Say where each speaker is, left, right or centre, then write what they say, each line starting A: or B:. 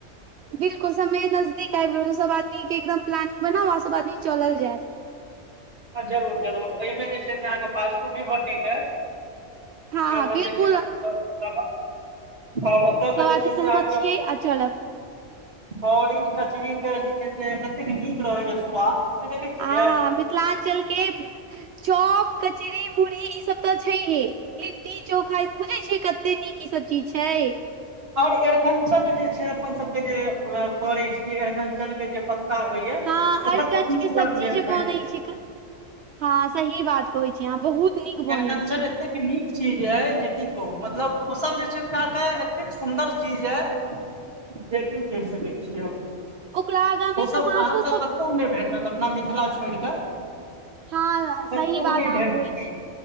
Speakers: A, on the right (about 65°); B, on the right (about 50°).
A: बिल्कुल समय नजदीक आब गेल छै सब आदमीक के एकदम प्लानिंग बना आ सभ आदमी चल जाय
B: जरूर जरूर एहिमे जे छै से अहाँके <unintelligible> पासपुट नहि भटेके ह
A: हँ
B: हम
A: हँ
B: सब
A: बिल्कुल
B: जे छै से रहब आओर
A: सब
B: के जे
A: आदमी
B: छै से
A: सहमत
B: अहाँके
A: छियै आ चलब
B: बड़ी कचरीके जे छै से कतेक नीक रहै या स्वाद से देखैत
A: आ
B: छियै
A: मिथिलाञ्चल के चौप कचरी मुड़ी ई सब तऽ छैहे लिट्टी चोखा बुझै छियै कते नीक ई सब चीज छै
B: आओर एिकञ्चन जे छै अपन सभके जे करै छियै एरिकंचनके जे होइया
A: हँ
B: ओ
A: अर्गञजके
B: कतेक नीक
A: सब्जी
B: लागलै खाय
A: जे बनैत छैके हँ सही बात कहै छी अहाँ बहुत नीक
B: अरिकंचन
A: बनैत छी
B: एतेक नीक चीज एय जे की कहु मतलब ओ सब जे छै से अ के एते सुंन्दर चीज य जे की कहि सकै छियै
A: ओकरा आगाँ मे
B: ओसभ
A: तऽ माछो
B: अहाँकेँ
A: सब
B: कतहु नहि भेटत अपना मिथिला छोड़ कऽ
A: हँ
B: तस
A: सही
B: त ओ
A: बात
B: नहि
A: अहाँ
B: डर
A: कहै
B: सकै
A: छी